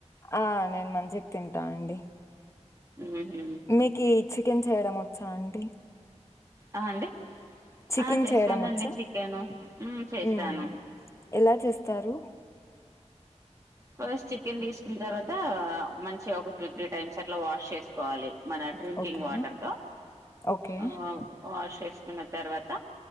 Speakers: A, on the left; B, on the right.
A: ఆ నేను మంచిక్కి తింటానండి
B: ఉహు
A: మీకీ చికెన్ చేయడం వచ్చా అండి
B: అ అండి
A: చికెన్
B: ఆ చేస్తానండి
A: చేయడం వచ్చా
B: చికెను ఉమ్ చేస్తాను
A: హ్మ్ ఎలా చేస్తారు
B: ఫస్ట్ చికెన్ తీసుకున్న తర్వాత మంచిగా ఒక టూ త్రీ టైమ్స్ అట్లా వాష్ చేసుకోవాలి మన డ్రింకింగ్
A: ఓకే.
B: Water
A: okay.
B: ఆ వాష్ చేసుకున్న తర్వాత